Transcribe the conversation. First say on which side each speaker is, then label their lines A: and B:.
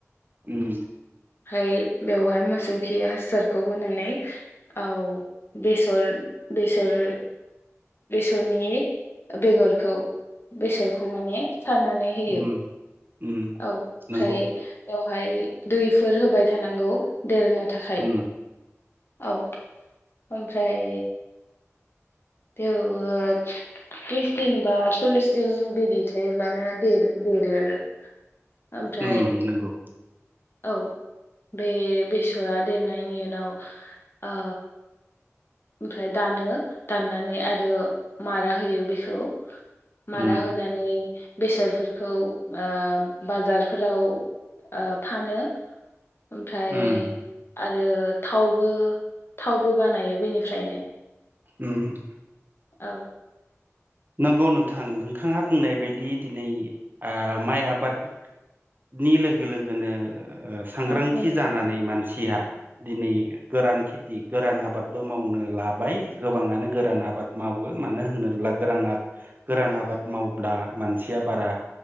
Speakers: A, on the right; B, on the left.
A: उम।
B: फाय बेवहाय मोसौ खि हासारखौ होनानै औ बेसर बेसर बेसरनि बेगरखौ बेसरखौ माने सारनानै होयो।
A: उम उम
B: औ ओमफ्राय
A: नंगौ
B: बेवहाय दैफोर होबाय थानांगौ। देरनो थाखाय।
A: उम
B: औ ओमफ्राय <unintelligible> बिस दिन बा सल्लिस दिन बिदि थायोब्लानो दे-देरो आरो। ओमफ्राय
A: उम नंगौ।
B: औ। बे बेसरा देरनायनि उनाव ओ ओमफ्राय दानो, दाननानै आरो मारा होयो बेखौ। मारा
A: उम
B: होनानै बेसरफोरखौ ओ बाजारफोराव ओ फानो। ओमफ्राय
A: उम
B: आरो थावबो थावबो बानायो बेनि फ्रायनो।
A: <inaudible>
B: औ।
A: नंगौ नोंथां, नोंथाङा बुंनाय बायदि दिनै आ माइ आबादनि लोगो लोगोनो सांग्रांथि
B: औ नंगौ
A: जानानै मानसिया दिनै गोरान खेथि गोरान आबाद बो मावनो लाबाय। गोबाङानो गोरान आबाद मावो। मानो होनोब्ला गोरां आ गोरान आ बाद मावब्ला मानसिया बारा